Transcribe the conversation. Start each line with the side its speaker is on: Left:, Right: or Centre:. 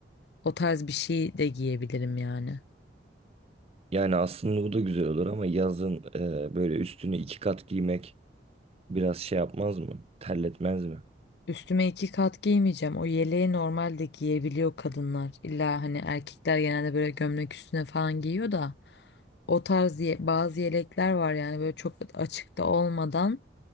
Left: O tarz bir şey de giyebilirim yani.
Right: Yani aslında bu da güzel olur ama yazın e, böyle üstünü iki kat giymek Biraz şey yapmaz mı? Terletmez mi?
Left: Üstüme iki kat giymeyeceğim. O yeleği normalde giyebiliyor kadınlar. İlla hani erkekler genelde böyle gömlek üstüne falan giyiyor da. O tarz ye- bazı yelekler var yani böyle çok açıkta olmadan